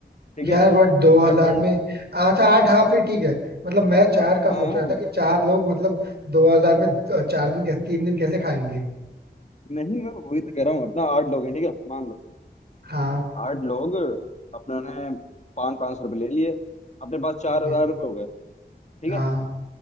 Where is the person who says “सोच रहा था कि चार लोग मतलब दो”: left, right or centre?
Right